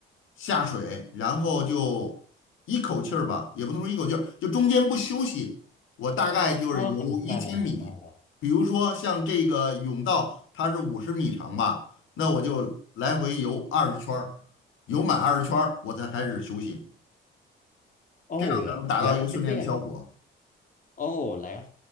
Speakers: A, on the left; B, on the left.
A: 下水，然后就一口气儿吧，也不能说一口气儿，就中间不休息，我大概就是游一千米。
B: 啊，明白了，明白了。
A: 比如说像这个泳道，它是五十米长吧，那我就来回游二十圈儿，游满二十圈儿，我才开始休息，
B: 哦，
A: 这样才能达到一个训练的效果。
B: 原来是这样。哦，来，